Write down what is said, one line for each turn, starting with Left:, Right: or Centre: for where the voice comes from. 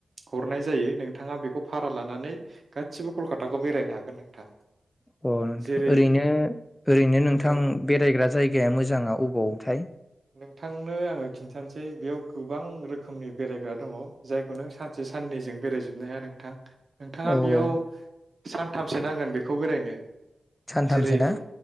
Right: हरनाय जायो नोंथाङा बेखौ भारा लानानै गासिबो कलकाताखौ बेरायनो हागोन नोंथां
Left: अ नोंथां
Right: जेरै
Left: ओरैनो ओरै नो नोंथां
Right: औ
Left: बेरायग्रा जायगाया मोजांङा अ वथाय
Right: नोंथांनो आङो खिन्थानोसै बेयाव गोबां रोखोमनि बेरायग्रा दङ जायखौ नों सानसे साननैजों बेरायजोबनो हाया नोंथां नोंथाङा
Left: औ
Right: बेयाव
Left: औ
Right: सानथामसो नांगोन बेखौ बेरायनो
Left: सानथामसो
Right: जेरै
Left: ना?
Right: बुं